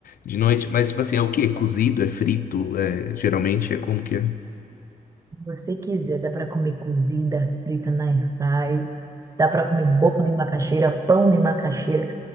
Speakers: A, on the left; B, on the right.
A: de noite. Mas, tipo assim, é o quê? Cozido? É frito? É... Geralmente é como que é?
B: você quiser, dá para comer cozida, frita na air fry, dá para comer bolo de macaxeira, pão de macaxeira.